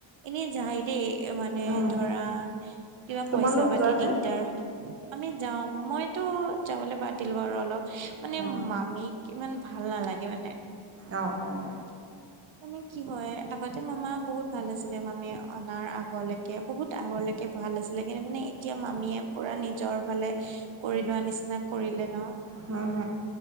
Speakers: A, on the right (about 70°); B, on the right (about 30°).
A: এনেই যায় দেই মানে
B: উম
A: ধৰা কিবা
B: তোমালোক
A: পইচা পাতি
B: যোৱা
A: দিগদাৰ
B: নে
A: হল। আমি যাওঁ মইতো যাবলৈ বাদ দিলোঁ আৰু অলপ মানে
B: উম
A: মামীক। ইমান ভাল নালাগে মানে।
B: অহ অহ।
A: <unintelligible> মানে কি হয় আগতে মামা বহুত ভাল আছিলে মামীয়ে অনাৰ আগলৈকে বহুত আগৰলে। কে ভাল আছিলে কিন্তু মানে এতিয়া মামীয়ে পোৰা নিজৰ ফালে কৰি লোৱা নিচিনা কৰিলে ন।
B: উহ উহ